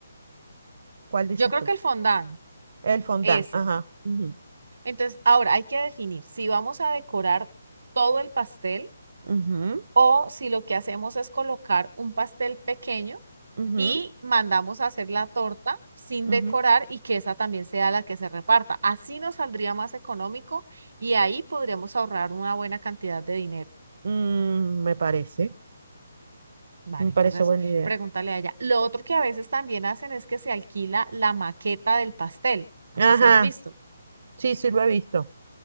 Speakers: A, on the right (about 45°); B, on the right (about 65°).
A: ¿Cuál dices
B: Yo creo
A: tú?
B: que el fondant,
A: El fondant,
B: ese.
A: ajá. ujú,
B: Entonces, ahora hay que definir si vamos a decorar todo el pastel
A: ujú,
B: o si lo que hacemos es colocar un pastel pequeño
A: ujú,
B: y mandamos a hacer la torta sin
A: ujú.
B: decorar y que esa también sea la que se reparta. Así nos saldría más económico y ahí podríamos ahorrar una buena cantidad de dinero.
A: Mm, me parece,
B: Vale,
A: me parece
B: entonces
A: buena idea.
B: pregúntale a ella. Lo otro que a veces también hacen es que se alquila la maqueta del pastel. No
A: Ajá,
B: sé si has visto.
A: sí, sí lo he visto.